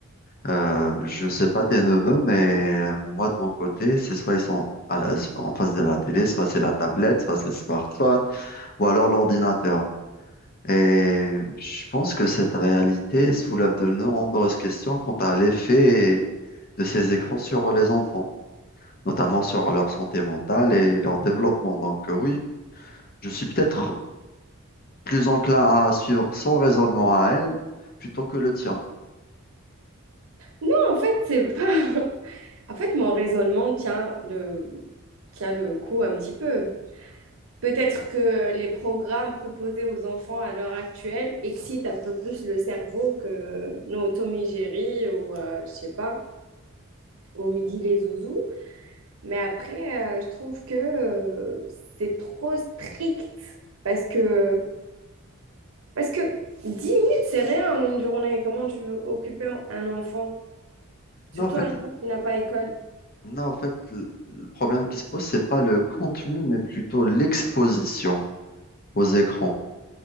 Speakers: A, on the left (about 40°); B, on the right (about 65°).
A: Euh, je sais pas tes neveux, mais euh, moi de mon côté, c'est soit ils sont à la- en face de la télé, soit c'est la tablette, soit c'est le smartphone, ou alors l'ordinateur. Et je pense que cette réalité soulève de nombreuses questions quant à l'effet de ces écrans sur les enfants, notamment sur leur santé mentale et leur développement. Donc euh, oui. Je suis peut-être plus enclin à suivre son raisonnement à elle plutôt que le tien.
B: Non, en fait, c'est pas... <laughs> En fait, mon raisonnement tient le, tient le coup un petit peu. Peut-être que les programmes proposés aux enfants à l'heure actuelle excitent un peu plus le cerveau que nos Tommy Jerry ou, euh, je sais pas, au midi les zouzous. Mais après, euh, je trouve que euh, c'est trop strict parce que Parce que 10 minutes, c'est rien en une journée. Comment tu veux occuper un enfant? Surtout
A: Non, en fait,
B: un enfant qui n'a pas école.
A: non, en fait, le le problème qui se pose, c'est pas le contenu, mais plutôt l'exposition aux écrans.